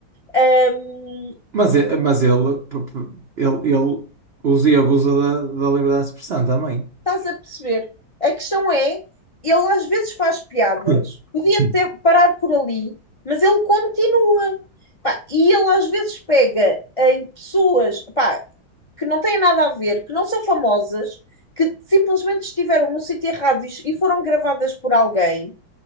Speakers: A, on the left; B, on the right.
A: Ahm,
B: Mas, e- mas ele, p- p- ele, ele usa e abusa da, da liberdade de expressão também.
A: estás a perceber? A questão é, ele às vezes faz piadas,
B: <laughs>
A: podia
B: <coughs>
A: ter parar por ali, mas ele continua. Pá, e ele às vezes pega em pessoas, pá, que não têm nada a ver, que não são famosas, que simplesmente estiveram no sítio errado e foram gravadas por alguém